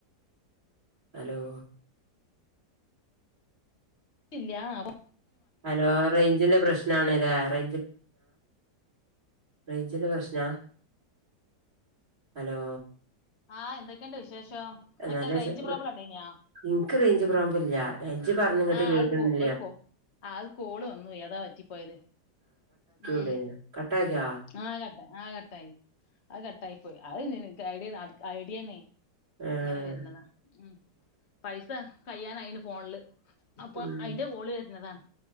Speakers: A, on the right (about 60°); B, on the left (about 45°).
A: അലോ
B: <unintelligible> ആവോ
A: ഹലോ റൈഞ്ചിന്റെ പ്രശ്ന ശ്നാണേല്ലോ ഏറെ റൈഞ്ചിന്റെ പ്രശ്ന ഹലോ
B: ആഹ് എന്തൊക്കെ ഇണ്ട് വിശേഷം?
A: ആ
B: അനക്ക്
A: നല്ല വിശേഷം
B: റേഞ്ച് പ്രോബ്ലം ഇണ്ടേയ്ന്യോ
A: ഇൻക്ക് റേഞ്ച് പ്രോബ് ഇല്ല. ഏഹ്, ഇജ്ജ് പർഞ്ഞെ ഇങ്ങട്ട്
B: ആ
A: കേക്ക്ണ്ല്ല.
B: അത് കോ ഒരു കോ ആ അഹ് കോള് വന്നു പോയി അതാ പറ്റി പോയത്. ഉം
A: ടേനിയോ കട്ടാക്കിയാളാ.
B: ആ അഹ് കട്ട ആ കട്ടായി, അഹ് കട്ടായി പോയി അഹ് പിന്നെ ഇൻക്ക് ഐഡിയേന്ന് ഐഡിയേന്ന്.
A: ആഹ്
B: ഇങ്ങനെ വെര്ണതാ ഉം, പൈസ കയ്യാനായിണ് ഫോണില്. അപ്പൊ
A: ഉം ഉം
B: അയിന്റെ കോള് വെര്ന്നതാണ്.